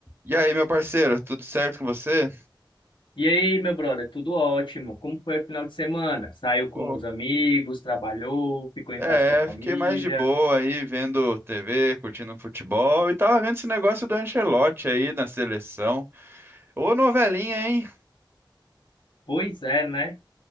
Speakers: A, on the right; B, on the left.
A: E aí, meu parceiro, tudo certo com você?
B: E aí, meu brother, tudo ótimo? Como foi o final de semana? Saiu com
A: Pô,
B: os amigos, trabalhou, ficou em
A: é,
B: casa com a família?
A: é, fiquei mais de boa aí vendo TV, curtindo futebol e tava vendo esse negócio do Ancelotti aí na seleção. Ô, novelinha, hein?
B: Pois é, né?